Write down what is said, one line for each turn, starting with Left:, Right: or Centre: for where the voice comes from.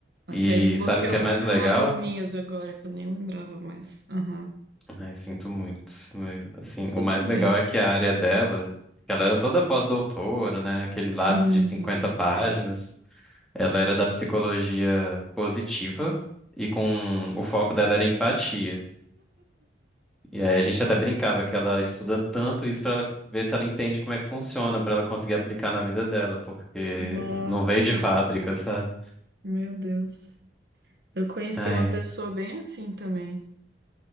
Right: Até
Centre: E
Right: desbloqueou
Centre: sabe o que
Right: umas
Centre: é mais
Right: memórias
Centre: legal?
Right: minhas agora, que eu nem lembrava mais. Aham.
Centre: Ai, sinto muito. mas, Assim,
Right: Tudo
Centre: o mais
Right: bem.
Centre: legal é que a área dela, que ela era toda pós-doutora, né? Aquele Lattes
Right: Uhum.
Centre: de 50 páginas. Ela era da psicologia positiva e com o foco dela era empatia. E aí a gente até brincava que ela estuda tanto isso para ela ver se ela entende como é que funciona, para ela conseguir aplicar na vida dela, porque
Right: Nossa,
Centre: não veio de fábrica, sabe?
Right: meu Deus. Eu conheci
Centre: Ai,
Right: uma pessoa bem assim também.